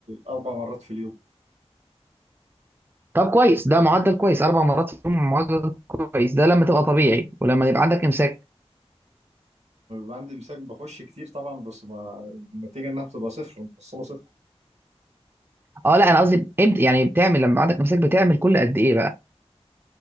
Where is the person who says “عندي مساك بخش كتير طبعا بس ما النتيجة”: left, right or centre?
Right